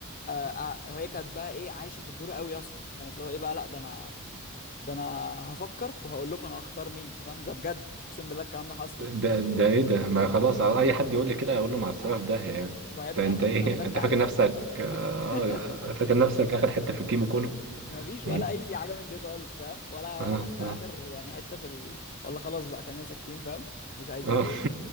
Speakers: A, on the left; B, on the right.
A: آه، آه، هي كانت بقى ايه عايشه في الدور قوي يا اسطى كانت اللي هو ايه بقى لا ده انا ده انا هفكر وهقول لكم انا هختار مين انت فاهم ده بجد اقسم بالله الكلام ده حصل
B: ده ده ايه ده ما خلاص على اي حد يقول لي كده اقول له مع السلامه في داهيه يعني
A: ما يا
B: انت
A: ابني
B: انت
A: ما احنا
B: ايه
A: كنا في ثالثه
B: انت
A: اعدادي
B: فاكر نفسك آه
A: <laughs>
B: فاكر نفسك اخر حته في الكيمو كله
A: ما فيش ولا
B: ايه
A: اي حاجه من دي خالص فاهم ولا
B: اه
A: ولا حتى
B: اه
A: اخر يعني حته في ال... ولا خلاص بقى خلينا ساكتين فاهم مش عايزه
B: اه
A: ايه